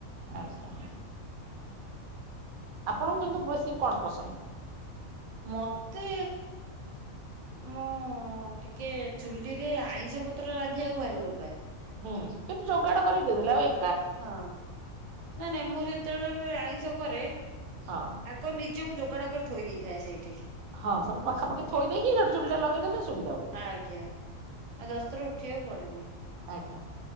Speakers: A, on the right (about 85°); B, on the right (about 50°).
A: ଆଜ୍ଞା। ଆପଣଙ୍କୁ କିନ୍ତୁ ବେଶୀ କଣ ପସନ୍ଦ?
B: ମୋତେ ମୁଁ ଟିକେ ଚୁଲିରେ ଆଇଁଷ ପତ୍ର ରାନ୍ଧିବାକୁ ଭାରି ଭଲ ପାଏ।
A: ହୁଁ କିନ୍ତୁ ଯୋଗାଡ କରିକି ଦେଇଦେଲେ ଆଉ ଏ
B: ହଁ ନା ନାଇଁ ମୁଁ ଯେତେବେଳେ ବି ଆଇଁଷ କରେ
A: ହଁ।
B: ଆଗ ନିଜକୁ ଯୋଗାଡ କରି ଥୋଇ ଦେଇଥାଏ ସେଇଠି।
A: ହଁ ସବୁ ପାଖାପାଖି ଥୋଇ ଦେଇକି ସେଠୁ ଚୁଲିଟା ଲଗେଇଦେଲେ ସୁବିଧା ହୁଏ
B: ଆଜ୍ଞା ଆଉ ଦଶଥର ଉଠିବାକୁ ପଡେନି।
A: ଆଜ୍ଞା।